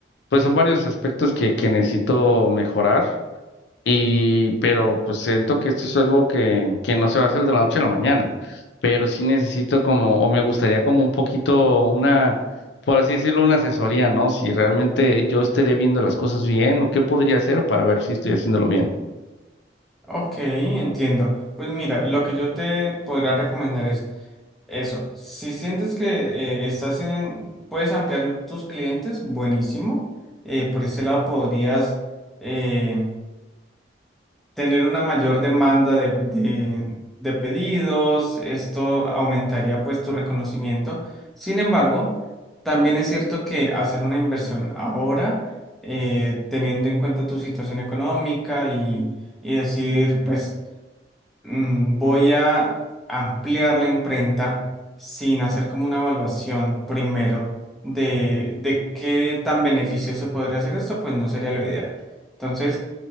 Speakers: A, on the left; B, in the centre.
A: pues son varios aspectos que, que necesito mejorar. Y, pero pues siento que esto es algo que, que no se va a hacer de la noche a la mañana, pero sí necesito como, o me gustaría como un poquito una, por así decirlo, una asesoría, ¿no? Si realmente yo estaré viendo las cosas bien o qué podría hacer para ver si estoy haciéndolo bien.
B: Ok, entiendo. Pues mira, lo que yo te podría recomendar es eso. Si sientes que eh, estás en, puedes ampliar tus clientes, buenísimo. Eh, por ese lado podrías eh, tener una mayor demanda de, de- de pedidos. Esto aumentaría pues tu reconocimiento. Sin embargo, también es cierto que hacer una inversión ahora, eh, teniendo en cuenta tu situación económica y y decir, pues mm, voy a ampliar la imprenta sin hacer como una evaluación primero de, de qué tan beneficioso podría ser esto, pues no sería lo ideal. Entonces,